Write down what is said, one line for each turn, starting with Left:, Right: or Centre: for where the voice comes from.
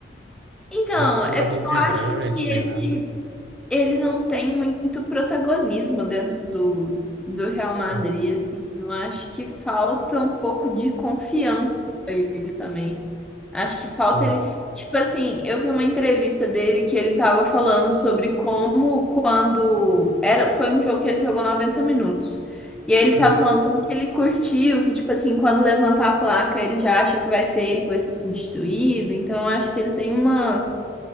Centre: Então,
Right: Não é aquele jogador
Centre: é porque
Right: vibrante,
Centre: eu acho que
Right: nem
Centre: ele
Right: nada.
Centre: ele não tem muito protagonismo dentro do, do Real Madrid,
Right: Não,
Centre: assim. Eu acho que falta um pouco de confiança pra ele também. Acho que falta
Right: não.
Centre: ele. Tipo assim, eu vi uma entrevista dele que ele tava falando sobre como quando era, foi um jogo que ele jogou 90 minutos. E aí ele
Right: Uhum.
Centre: tava falando tanto que ele curtiu, que tipo assim, quando levantar a placa, ele já acha que vai ser ele que vai ser substituído. Então eu acho que ele tem uma